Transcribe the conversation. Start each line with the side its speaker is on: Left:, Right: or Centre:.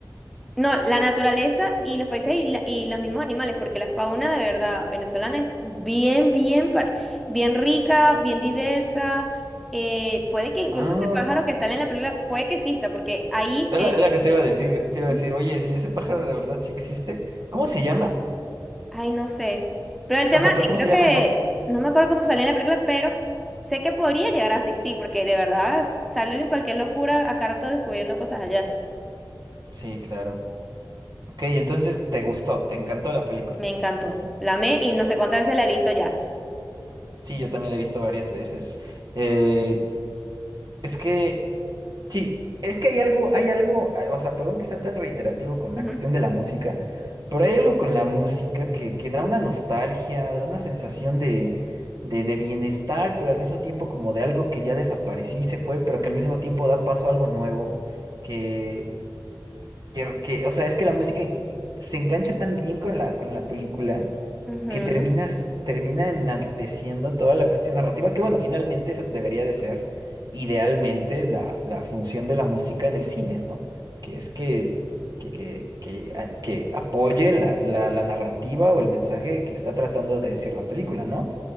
Centre: No, la naturaleza y los paisajes y, la- y los mismos animales, porque la fauna de verdad venezolana es bien, bien, par- bien rica, bien diversa. Eh, puede que incluso
Right: Ahora
Centre: ese pájaro que sale en la película, puede que exista, porque ahí,
Right: Es
Centre: eh,
Right: la, es la que te iba a decir, te iba
Centre: ujú,
Right: a decir, oye, si ese pájaro de verdad sí existe, ¿cómo se llama?
Centre: ay, no sé. Pero el tema,
Right: O sea, pero
Centre: y
Right: ¿cómo
Centre: creo
Right: se
Centre: que,
Right: llama en Up?
Centre: no me acuerdo cómo salió en la película, pero sé que podría llegar a asistir, porque de verdad salen cualquier locura a rato descubriendo cosas allá.
Right: Sí, claro. Ok, entonces te gustó, te encantó la película.
Centre: Me encantó. La amé y no sé cuántas veces la he visto ya.
Right: Sí, yo también la he visto varias veces. Eh, es que Sí, es que hay algo, hay algo, ah, o sea, perdón que sea tan reiterativo con la
Centre: Ujú,
Right: cuestión de la música, pero hay algo con la música que, que da una nostalgia, da una sensación de, de, de bienestar, pero al mismo tiempo como de algo que ya desapareció y se fue, pero que al mismo tiempo da paso a algo nuevo, que, que, que, o sea, es que la música en- se engancha tan bien con la, con la película
Centre: ujú.
Right: que terminas, termina enalteciendo toda la cuestión narrativa, que bueno, finalmente esa debería de ser idealmente la, la función de la música en el cine, ¿no? Que es que, que, que, que, a- que apoye la, la, la narrativa o el mensaje que está tratando de decir la película, ¿no?